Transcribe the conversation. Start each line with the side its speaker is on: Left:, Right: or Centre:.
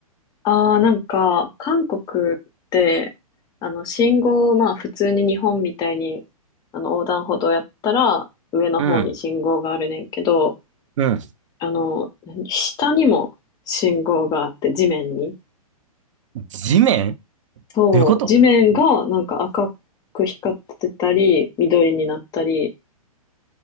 Left: ああ、なんか、韓国って、あの、信号、まあ、普通に日本みたいに、あの、横断歩道やったら、上の方に信号があるねんけど、
Right: うん。うん。
Left: あの、何下にも信号があって、地面に。
Right: 地面
Left: そう、
Right: どういうこと
Left: 地面がなんか赤く光ってたり、緑になったり